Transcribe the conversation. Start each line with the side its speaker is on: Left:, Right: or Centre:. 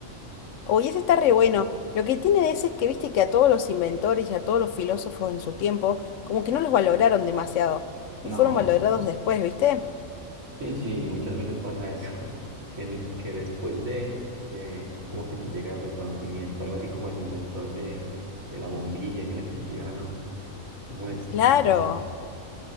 Left: Oye, ese está re bueno. Lo que tiene de ese es que viste que a todos los inventores y a todos los filósofos en su tiempo, como que no los valoraron demasiado.
Right: No,
Left: Fueron valorados
Right: claro.
Left: después, ¿viste?
Right: Sí, sí, muchas veces pasa eso, <laughs> que, que después de, eh, es como que te llega el reconocimiento, algo así como el inventor de, de la bombilla y de la electricidad, ¿no? ¿Cómo es?
Left: Claro.
Right: No sé.